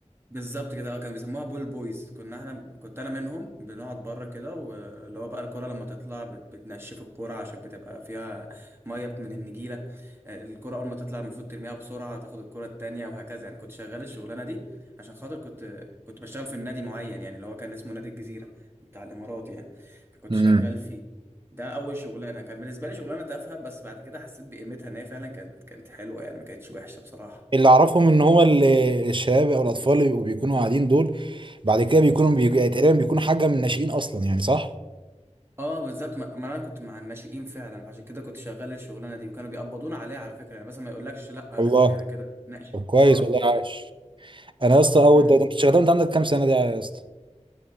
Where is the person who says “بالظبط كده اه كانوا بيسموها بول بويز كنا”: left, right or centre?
Right